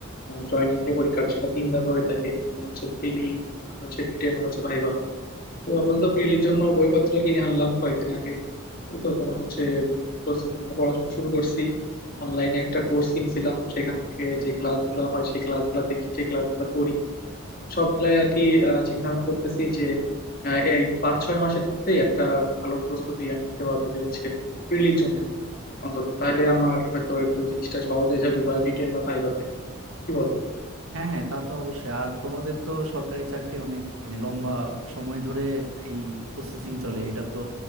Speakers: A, on the left; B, on the right.
A: জয়নিং যে পরীক্ষাটা সেটা তিন ধাপে হয়ে থাকে তোমার হচ্ছে প্রিলি আর হচ্ছে রিটেন আর হচ্ছে ভাইবা তো আপাতত প্রিলির জন্য বইপত্র কিনে আনলাম কয়েকদিন আগে ওই তো তোমার হচ্ছে প্রস্তুতি মানে পড়াশোনা শুরু করছি অনলাইনে একটা কোর্স কিনছিলাম সেখান থেকে যে ক্লাসগুলো হয় সেই ক্লাসগুলো দেখি সেই ক্লাসগুলো করি সব মিলাই আর কি চিন্তা ভাবনা করতেছি যে আহ, এই পাঁচ ছয় মাসের মধ্যেই একটা ভালো প্রস্তুতি আমি নিতে পারবো যে হচ্ছে প্রিলির জন্য অন্তত তাহলে আমার হয়তো একটু জিনিসটা সহজ হয়ে যাবে বা রিটেন বা ভাইভাতে কি বলো
B: হ্যাঁ হ্যাঁ তা তো অবশ্যই আর তোমাদের তো সরকারি চাকরি অনেক মানে লম্বা সময় ধরে এই প্রসেসিং চলে এটা তো